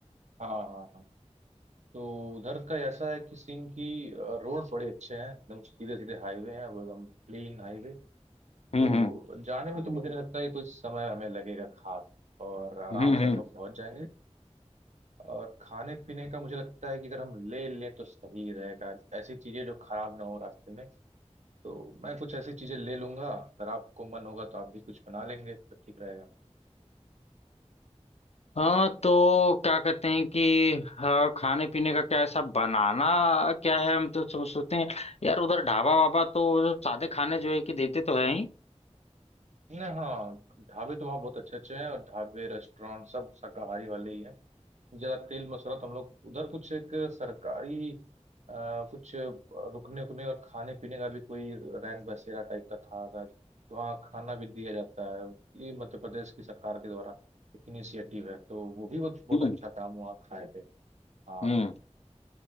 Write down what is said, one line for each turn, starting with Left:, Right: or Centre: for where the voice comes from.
Right: हाँ हाँ हाँ तो उधर का ऐसा है कि सीन की रोड बड़े अच्छे हैं एकदम सीधे सीधे हाईवे हैं अब एकदम क्लीन हाईवे
Left: हम्म
Right: तो
Left: हम्म
Right: जाने में तो मुझे नहीं लगता है कि कोई समय हमें लगेगा खास और आराम
Left: हम्म
Right: से
Left: हम्म।
Right: हम लोग पहुंच जाएंगे और खाने पीने का मुझे लगता है कि अगर हम ले लें तो सही रहेगा ऐसी चीजें जो खराब ना हो रास्ते में तो मैं कुछ ऐसी चीजें ले लूंगा अगर आपको मन होगा तो आप भी कुछ बना लेंगे तो ठीक रहेगा
Left: हाँ तो क्या कहते हैं कि हाँ, खाने पीने का क्या ऐसा बनाना क्या है हम तो सोच- सोचते हैं यार उधर ढाबा वाबा तो सादे खाने जो है कि देते तो है ही
Right: नहीं हाँ ढाबे तो वहाँ बहुत अच्छे अच्छे हैं और ढाबे रेस्टोरेंट सब शाकाहारी वाले ही हैं ज्यादा तेल मसाला तो हम लोग उधर कुछ एक सरकारी आ, कुछ रुकने उकने और खाने पीने का भी कोई रैन बसेरा टाइप का था शायद तो वहाँ खाना भी दिया जाता है ये मध्य प्रदेश की सरकार के द्वारा एक इनिशिएटिव है तो वो भी बहुत बहुत
Left: हम्म
Right: अच्छा था हम वहाँ खाए थे हाँ
Left: हम्म